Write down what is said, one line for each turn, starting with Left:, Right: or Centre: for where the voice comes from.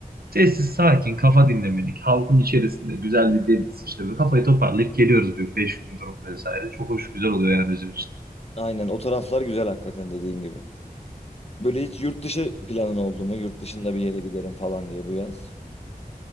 Right: Sessiz, sakin, kafa dinlemelik, halkın içerisinde güzel bir deniz işte böyle kafayı toparlayıp geliyoruz bir 5 gün durup vesaire. Çok hoş güzel oluyor yani bizim için.
Left: Aynen o taraflar güzel hakikaten dediğin gibi. Böyle hiç yurt dışı planın oldu mu? Yurt dışında bir yere giderim falan diye bu yaz.